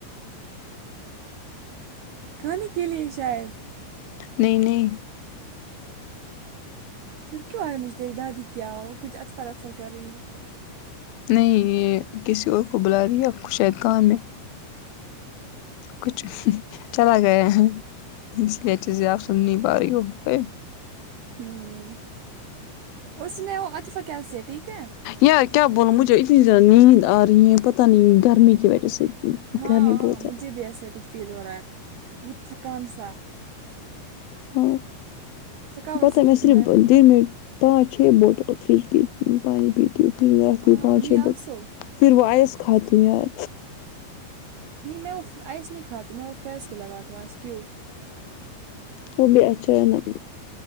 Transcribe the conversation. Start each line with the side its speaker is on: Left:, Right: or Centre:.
Right: کھانے کے لیے شاید
Left: نہیں نہیں
Right: پھر کیوں آئے مجھ تیری دادی کیا ہوا وہ کچھ اطفر اسفر کر رہی ہے
Left: نہیں یہ کسی اور کو بلا رہی ہےآپ کو شاید کام ہے کچھ چلا گیا ہے اس لیے چیزیں آپ سن نہیں پا رہی ہو کو
Right: ہوں اور سناؤ عاطفہ کیسے ٹھیک ہے
Left: یار کیا بولوں مجھے اتنی زیادہ نیند آ رہی ہے پتہ نہیں گرمی کی وجہ سے
Right: ہاں
Left: گرمی
Right: ہاں
Left: بہت زیادہ
Right: مجھے بھی ایسا ہی کچھ فیل ہو رہا ہے وہ تھکان سا
Left: ہاں
Right: تھکاوٹ سی
Left: پ میں صرف ڈ مٹ <unintelligible> پانچ چھ بوتل فریج کی پانی پیتی ہوں فریج میں رکھتی
Right: ہاں
Left: ہوں پانچ
Right: می
Left: چھ
Right: آلسو
Left: بوتل پھر وہ آئس کھاتی ہوں یار
Right: نہیں میں ا وہ آس نہیں کھاتی ہوں میں فیس پہ لگاتی ہوں آس کیوب
Left: وہ بھی اچھا ہے نا